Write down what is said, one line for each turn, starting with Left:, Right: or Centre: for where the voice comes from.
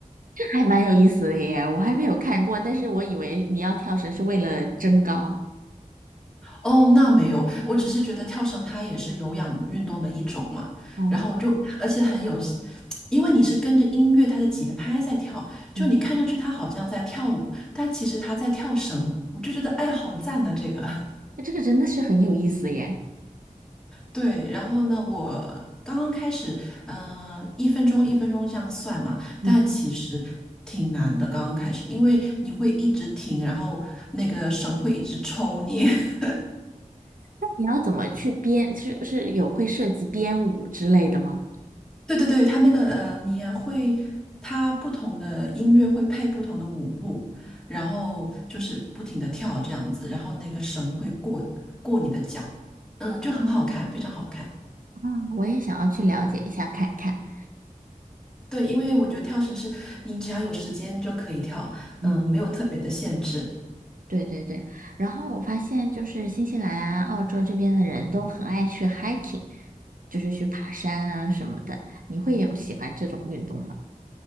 Right: 还蛮有意思的耶，我还没有看过，但是我以为你要跳绳是为了增高。
Centre: 哦，那没有，我只是觉得跳绳它也是有氧运动的一种嘛，
Right: 哦，
Centre: 然后我就，而且很有，因为你是跟着音乐它的节拍在跳，
Right: 嗯，
Centre: 就你看上去它好像在跳舞，但其实它在跳绳，我就觉得哎呀，好赞呐、这个。<laughs>
Right: 那这个真的是很有意思耶。
Centre: 对，然后呢，我刚刚开始，嗯、一分钟一分钟这样算嘛，
Right: 嗯，
Centre: 但其实挺难的，刚刚开始，因为你会一直停，然后那个绳会一直抽你。<laughs>
Right: 那你要怎么去编？是是有会涉及编舞之类的吗？
Centre: 对对对，他那个呃，你也会，他不同的音乐会配不同的舞步，然后就是不停的跳这样子，然后那个绳会过过你的脚，嗯，就很好看，非常好看。
Right: 啊，我也想要去了解一下看看。
Centre: 对，因为我觉得跳绳是你只要有时间就可以跳，
Right: 嗯，
Centre: 嗯，没有特别的限制。
Right: 对对对。然后我发现就是新西兰啊、澳洲这边的人都很爱去 hiking，就是去爬山啊什么的。你会有喜欢这种运动吗？